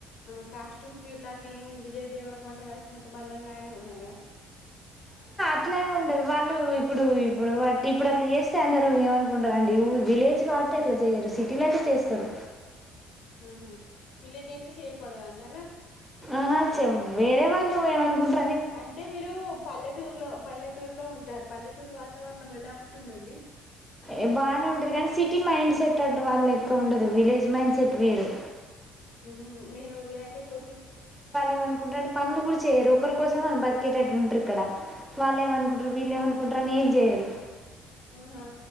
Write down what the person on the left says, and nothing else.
ఆ కాస్ట్యూమ్స్ ఇట్ల సేమ్ విజయ్ దేవర కొండ రష్మిక మందన లనే ఉన్నాయా
ఉహు విలేజ్ అయితే చేయకూడదు అండి అలా
అంటే మీరు పల్లెటూరులో పల్లెటూరులో ఉం టారు పల్లెటూరు వాతావరణం ఎలా ఉంటుందండి
ఉ మీరు వినాయక చవితి
ఆహా